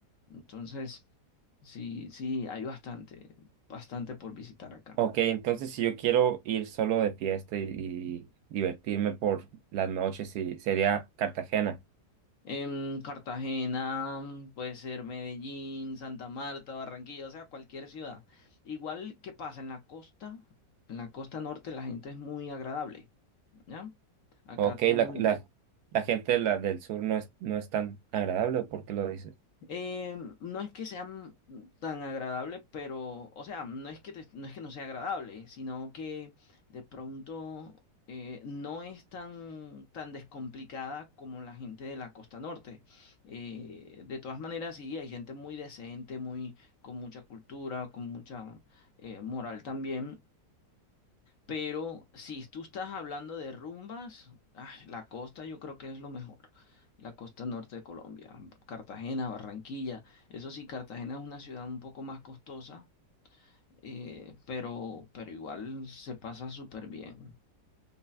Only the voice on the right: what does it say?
Ok, entonces si yo quiero ir solo de fiesta y, y divertirme por las noches, sí, sería Cartagena.
Ok,
la, la, la gente de la del sur no es, no es tan agradable, ¿por qué lo dices?